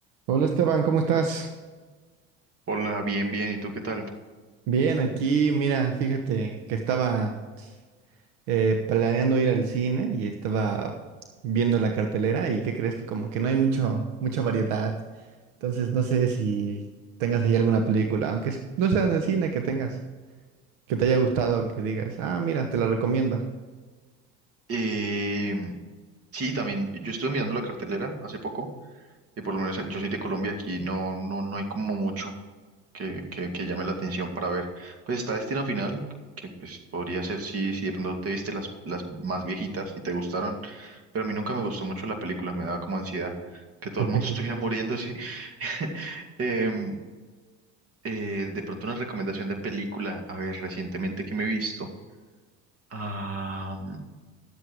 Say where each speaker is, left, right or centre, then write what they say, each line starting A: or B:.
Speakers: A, on the right (about 75°); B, on the right (about 40°).
A: Hola Esteban, ¿cómo estás?
B: Hola, bien, bien. ¿Y tú qué tal?
A: Bien, aquí, mira, fíjate que estaba eh, planeando ir al cine y estaba viendo la cartelera y ¿qué crees? Que como que no hay mucho, mucha variedad. Entonces no sé si tengas ahí alguna película, aunque es- no sea en el cine que tengas, que te haya gustado, que digas, ah, mira, te la recomiendo.
B: Eh, sí, también yo estuve mirando la cartelera hace poco y por lo menos yo soy de Colombia, aquí no, no, no hay como mucho que, que, que llame la atención para ver. Pues está Destino Final, que pues podría ser si, si de pronto te viste las, las más viejitas y te gustaron, pero a mí nunca me gustó mucho la película, me daba como ansiedad que todo
A: <laughs>
B: el mundo <laughs> estuviera muriéndose. <laughs> Em, eh, de pronto una recomendación de película, a ver, recientemente que me he visto. Ah,